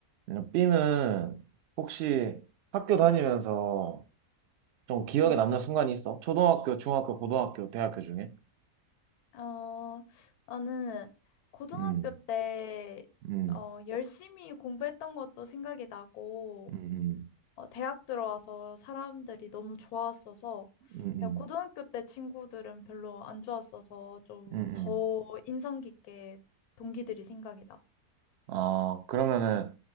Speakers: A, on the right; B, on the left.
A: 그러니까 B는 혹시 학교 다니면서 좀 기억에
B: 응.
A: 남는 순간이 있어? 초등학교, 중학교, 고등학교, 대학교 중에?
B: 어, 나는 고등학교
A: 음,
B: 때,
A: 음,
B: 어, 열심히 공부했던 것도 생각이 나고,
A: 음, 음,
B: 어, 대학 들어와서 사람들이 너무 좋았어서,
A: 음,
B: 내가 고등학교 때 친구들은 별로 안 좋았어서 좀
A: 음, 음.
B: 더
A: 음.
B: 인상 깊게 동기들이 생각이 나.
A: 아, 그러면은
B: 음.